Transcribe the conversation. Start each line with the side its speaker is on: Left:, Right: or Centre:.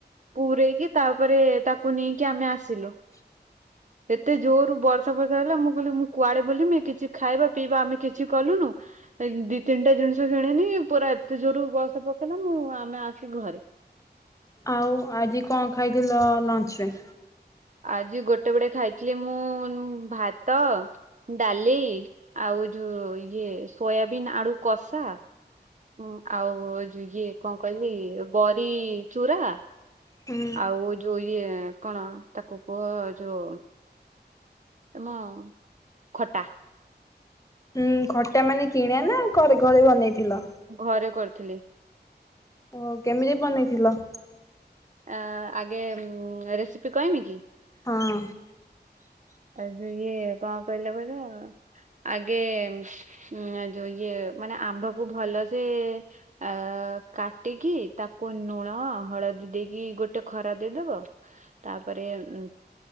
Right: ପୂରେଇକି ତାପରେ ତାକୁ ନେଇକି ଆମେ ଆସିଲୁ।
Left: <inaudible>
Right: ଏତେ ଜୋରରୁ ବର୍ଷା ଫର୍ଷା ହେଲା ମୁଁ କହିଲି ମୁଁ କୁଆଡ଼େ ବୁଲମି କିଛି ଖାଇବା ପିଇବା ଆମେ କିଛି କଲୁନୁ। ଏ ଦି ତିନିଟା ଜିନିଷ କିଣିନି ପୁରା ଏତେ ଜୋରରୁ ବୟସା ପକେଇଲା ମୁଁ ଆମେ ଆସିି ଘରେ।
Left: ଆଉ ଆଜି କଣ ଖାଇଥିଲ ଲଞ୍ଚ୍ ରେ?
Right: ଆଜି ଗୋଟେ ବେଡ଼େ ଖାଇଥିଲି ମୁଁ ଭାତ ଡାଲି ଆଉ ଯୋ ଇଏ ସୋୟାବିନ୍ ଆଳୁ କଷା ହଁ ଆଉ ଇଏ କଣ କହିଲି ବରି ଚୁରା
Left: ହୁଁ
Right: ଆଉ ଯୋଉ ଇଏ କଣ ତାକୁ କୁହ ଯୋଉ ତମ ଖଟା।
Left: ହୁଁ ଖଟା ମାନେ କିଣି ନା ଘରେ ଘରେ ବନେଇଥିଲ?
Right: ଘରେ କରିଥିଲି।
Left: ଓ କେମିତି ବନେଇଥିଲ?
Right: ଆ-ଆଗେଁ ମ୍ ରେସିପି କହମି କି?
Left: ହଁ।
Right: ଆ ଯ ଇଏ କଣ କହିଲେ କହିଲ-ଅ? ଆଗେ ଉଁ ଯୋଉ ଇଏ ମାନେ ଆମ୍ବକୁ ଭଲ ସେ-ଏ ଆ କାଟିକି ତାକୁ ଲୁଣ ହଳଦୀ ଦେଇକି ଗୋଟେ ଖରା ଦେଇଦବ। ତା'ପରେ ଉମ୍